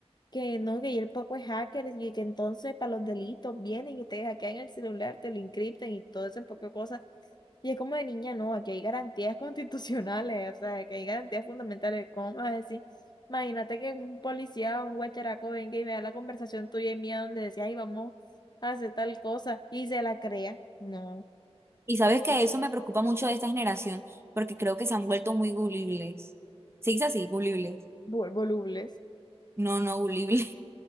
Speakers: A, on the left (about 40°); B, on the right (about 25°).
A: que no, que y el poco es hacker y que entonces para los delitos vienen y te hackean el celular, te lo encriptan y todo ese poco de cosas. Y es como de niña, no, aquí hay garantías <laughs> constitucionales, o sea, que hay garantías fundamentales. ¿Cómo me vas a decir? Imagínate que un policía o un guacharaco venga y vea la conversación tuya y mía donde decía, ay, vamos a hacer tal cosa y se la crea. No,
B: Y sabes que eso me preocupa mucho de esta generación, porque creo que se han vuelto muy gulibles. ¿Se dice así? Gulibles.
A: Vol- Volubles.
B: No, no, gulible